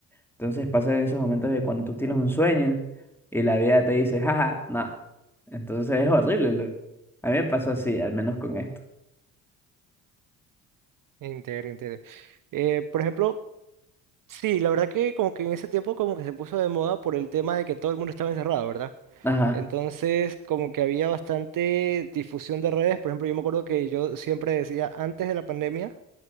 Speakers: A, in the centre; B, on the right (about 50°).
A: Entonces pasan esos momentos de cuando tú tienes un sueño y la vida te dice, jaja, no. Entonces es horrible, loco. A mí me pasó así, al menos con esto.
B: Entiendo, entiendo. Eh, por ejemplo, sí, la verdad que como que en ese tiempo como que se puso de moda por el tema de que todo el mundo estaba encerrado, ¿verdad?
A: Ajá,
B: Entonces como que había bastante difusión de redes. Por ejemplo, yo me acuerdo que yo siempre decía antes de la pandemia,